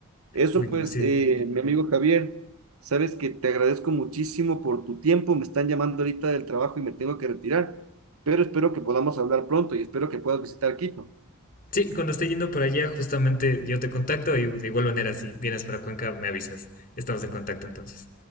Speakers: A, on the right (about 80°); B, on the left (about 40°).
A: Eso
B: Uy,
A: pues,
B: no, sí.
A: eh, mi amigo Javier, sabes que te agradezco muchísimo por tu tiempo. Me están llamando ahorita del trabajo y me tengo que retirar, pero espero que podamos hablar pronto y espero que puedas visitar Quito.
B: Sí, cuando esté yendo por allá, justamente yo te contacto y de igual manera, si vienes para Cuenca, me avisas. Estamos en contacto entonces.